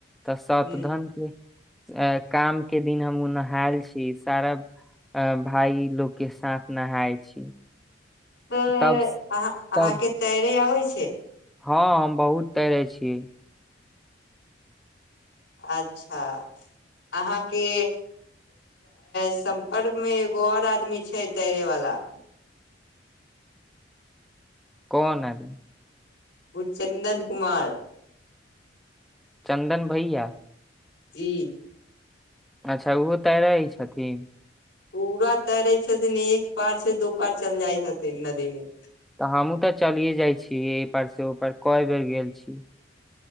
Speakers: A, in the centre; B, on the left.
A: तऽ सत
B: ह
A: धन के अ काम के दिन हम ओ नहायल छी सारा अ भाय लोक के साथ नहाय छी
B: तऽ
A: तब
B: अहा अहाँके
A: तब
B: तैरे आबै छै
A: हँ हम बहुत तैरे छीयै
B: अच्छा अहाँके सम्पर्क में एगो आओर आदमी छै तैरे वाला
A: कोन अय
B: बु चन्दन कुमार
A: चन्दन भैया
B: की
A: अच्छा ओहो तऽ रहै छथिन
B: पूरा तैरै छथिन एक पार से दू पार चल जाइ छथिन नदी मे
A: तऽ हमूँ तऽ चलिये जाइ छीय एहि पार से ओ पार कय बेर गेल छी